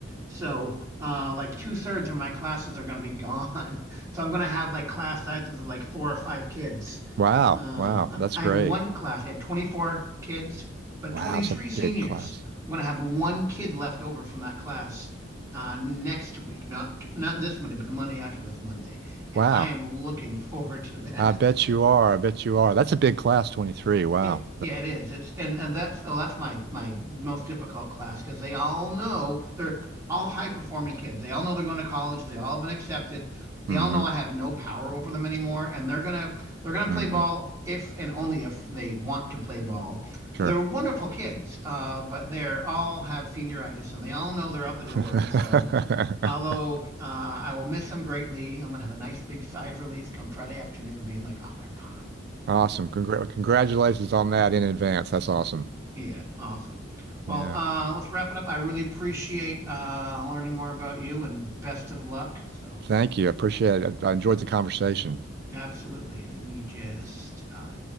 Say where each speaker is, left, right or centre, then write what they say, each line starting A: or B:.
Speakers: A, on the right; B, on the right.
A: So uh like two thirds of my classes are gonna be gone. <laughs> So I'm gonna have like class sizes of like four or five kids.
B: wow.
A: Uh
B: Wow. That's
A: I
B: great.
A: have one class, I have 24 kids, but
B: Wow,
A: 23
B: it's a
A: seniors.
B: big class.
A: I'm gonna have one kid left over from that class uh next week. Not not this Monday, but the Monday after this Monday. And
B: Wow.
A: I am looking forward to that.
B: I bet you are. I bet you are. That's a big class, 23. Wow.
A: It, yeah, it is. It's and and that's oh, that's my my most difficult class because they all know they're all high performing kids. They all know they're going to college. They all been accepted. They
B: Mm-hmm.
A: all know I have no power over them anymore, and they're gonna they're gonna play
B: Mm-hmm.
A: ball if and only if they want to play ball.
B: Sure.
A: They're wonderful kids, uh, but they're all have senioritis, and they all know they're out the door.
B: <laughs>
A: And so, although uh, I will miss them greatly, I'm gonna have a nice big sigh of relief come Friday afternoon, being like, oh, they're gone.
B: Awesome. Congra congratulations on that in advance. That's awesome.
A: Yeah, awesome. Well,
B: Yeah.
A: uh, let's wrap it up. I really appreciate uh, learning more about you and best of luck. So,
B: Thank you. I appreciate it. I I enjoyed the conversation.
A: absolutely. Let me just, uh,